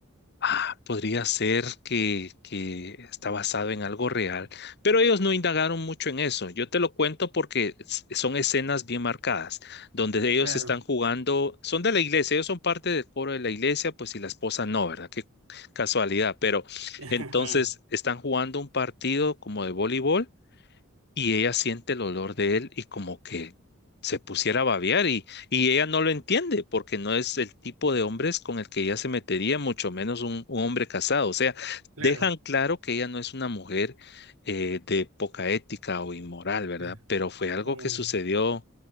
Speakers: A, on the left; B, on the right.
A: Ah, podría ser que, que está basado en algo real, pero ellos no indagaron mucho en eso. Yo te lo cuento porque s- son escenas bien marcadas, donde ellos
B: Claro,
A: están jugando, son de la iglesia, ellos son parte del coro de la iglesia, pues y la esposa no, ¿verdad? Qué casualidad, pero
B: <laughs>
A: entonces están jugando un partido como de voleibol y ella siente el olor de él y como que se pusiera a babear y, y ella no lo entiende porque no es el tipo de hombres con el que ella se metería, mucho menos un, un hombre casado. O sea,
B: claro.
A: dejan claro que ella no es una mujer eh, de poca ética o inmoral, ¿verdad?
B: claro.
A: Pero fue algo
B: Como,
A: que sucedió,